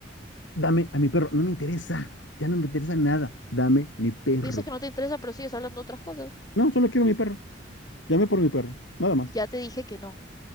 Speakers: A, on the left (about 85°); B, on the left (about 20°).
A: Dame a mi perro. No me interesa. Ya no me interesa nada. Dame mi perro.
B: Dices que no te interesa, pero sigues hablando de otras cosas.
A: No, solo quiero mi perro. Llamé por mi perro, nada más.
B: Ya te dije que no.